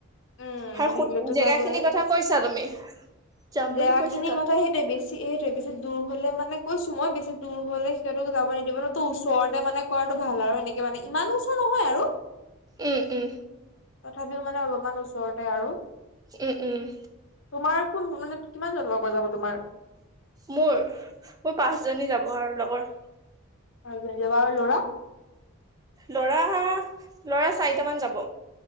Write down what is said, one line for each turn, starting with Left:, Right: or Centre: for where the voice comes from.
Left: উম,
Right: হা
Left: দিলেতো
Right: সুদ জেগাখিনিৰ
Left: যাবয়ে।
Right: কথা কৈছা তুমি। যাম
Left: জেগা
Right: বুলি কৈছে
Left: খিনিৰ
Right: তাত
Left: কথা সেইটোৱে বেছ- ছি সেইটোৱে বেছি দূৰ হলে মানে কৈছো মই বেছি দূৰ হলে সিঁহতক যাব নিদিব নহয় তো ওচৰতে মানে- কৰাটো ভাল আৰু এনেকে মানে ইমানো ওচৰ নহয় আৰু।
Right: উম উম
Left: তথাপিও মানে অলপমান ওচৰতে আৰু।
Right: উম উম'।
Left: তোমাৰ কোন মানে কিমান জন লগৰ যাব তোমাৰ?
Right: মোৰ, মোৰ পাঁচ জনী যাব আৰু লগৰ।
Left: হয় যাব আৰু ল'ৰা?
Right: ল'ৰা ল'ৰা চাৰিটামান যাব।